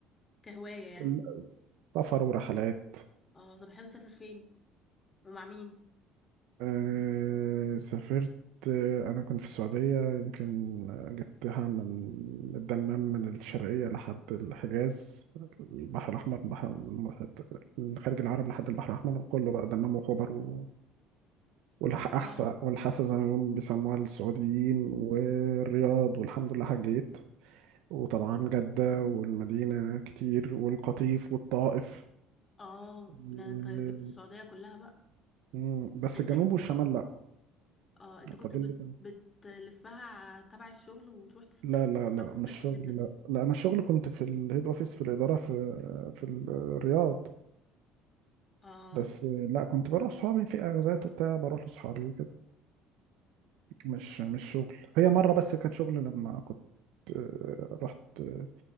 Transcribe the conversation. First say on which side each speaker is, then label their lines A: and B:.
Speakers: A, on the left; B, on the right.
A: كهواية يعني
B: <laughs> سفر ورحلات
A: اه طب بتحب تسافر فين ومع مين
B: أه سافرت آه، أنا كنت في السعودية يمكن جبتها من الدمام من الشرقية لحد الحجاز البحر الأحمر البحر المحيط- الخليج العربي لحد البحر الأحمر وكله بقى دمام وخبر و- والأحساء
A: اه
B: والحسا زي ما هم بيسموها السعوديين والرياض والحمد لله حجيت وطبعا جدة والمدينة كتير والقطيف والطائف
A: اه
B: و-
A: لا أنت جبت السعودية كلها بقى
B: مم، بس
A: أنت
B: الجنوب والشمال لأ
A: اه أنت كنت
B: فاضل
A: بت...
B: لي
A: بتلفها ع- تبع الشغل وتروح تست...
B: لا لا لا
A: تروح تستكشف
B: مش شغل
A: أنت
B: لا لا انا الشغل كنت في الهيد اوفيس في الاداره في في الرياض
A: اه
B: بس لا كنت بروح صحابي في اغازات وبتاع بروح لصحابي وكده مش مش شغل هي مره بس كانت شغل لما كنت آه، رحت آه،